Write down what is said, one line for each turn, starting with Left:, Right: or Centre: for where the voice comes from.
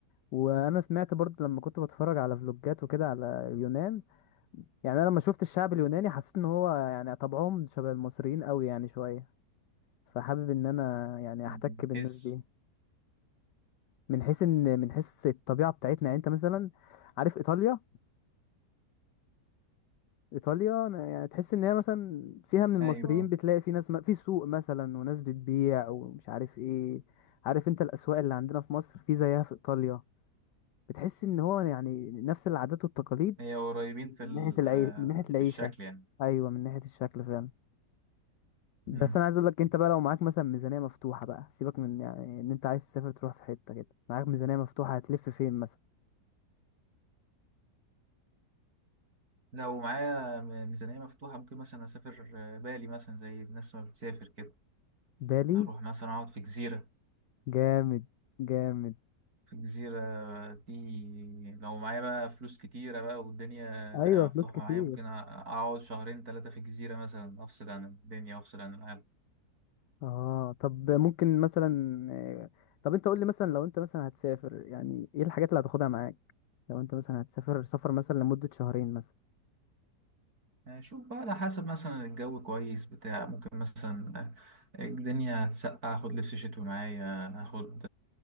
Left: وانا سمعت برضو لما كنت بتفرج على فلوجات وكده على اليونان يعني انا لما شفت الشعب اليوناني حسيت ان هو يعني طبعهم شبه المصريين قوي يعني شويه فحابب ان انا يعني
Right: <laughs>
Left: احتك بالناس
Right: حس
Left: دي من حيث ان من حيث الطبيعه بتاعتنا يعني انت مثلا عارف ايطاليا ايطاليا أنا يعني تحس ان هي مثلا فيها من المصريين
Right: ايوه
Left: بتلاقي في ناس م... في سوق مثلا وناس بتبيع ومش عارف ايه عارف انت الاسواق اللي عندنا في مصر في زيها في ايطاليا بتحس ان هو يعني نفس العادات والتقاليد
Right: هي قريبين
Left: من
Right: في ال-
Left: ناحيه العي... من ناحيه العيشه
Right: في الشكل يعني
Left: ايوه من ناحيه الشكل فعلا بس
Right: مم.
Left: انا عايز اقول لك انت بقى لو معاك مثلا ميزانيه مفتوحه بقى سيبك من يعني ان انت عايز تسافر تروح في حته كده معاك ميزانيه مفتوحه هتلف فين مثلا
Right: لو معايا م- ميزانية مفتوحة ممكن مثلا اسافر آه، بالي مثلا زي الناس ما بتسافر كده
Left: بالي
Right: اروح مثلا اقعد في جزيرة
Left: جامد جامد
Right: في الجزيرة دي لو معايا بقى فلوس كتيرة بقى والدنيا
Left: ايوه
Right: مفتوحة
Left: فلوس كتير
Right: معايا ممكن أ- أقعد شهرين تلاتة في الجزيرة مثلا أفصل عن الدنيا أفصل عن العالم
Left: اه طب ممكن مثلا آه، طب انت قول لي مثلا لو انت مثلا هتسافر يعني ايه الحاجات اللي هتاخدها معاك لو انت مثلا هتسافر سفر مثلا لمدة شهرين مثلا
Right: أشوف بقى على حسب مثلا الجو كويس بتاع ممكن مثلا الدنيا هتسقع أخد لبس شتوي معايا أخد